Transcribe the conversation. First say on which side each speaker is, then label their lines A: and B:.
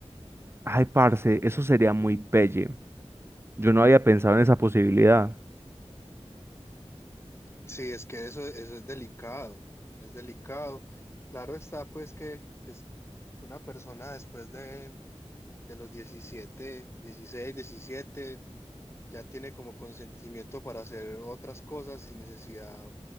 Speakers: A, on the right; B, on the left.
A: Ay, parce, eso sería muy pelle. Yo no había pensado en esa posibilidad.
B: Sí, es que eso, eso es delicado, es delicado. Claro está, pues, que, pues, que una persona después de, de los 17, 16, 17, ya tiene como consentimiento para hacer otras cosas sin necesidad,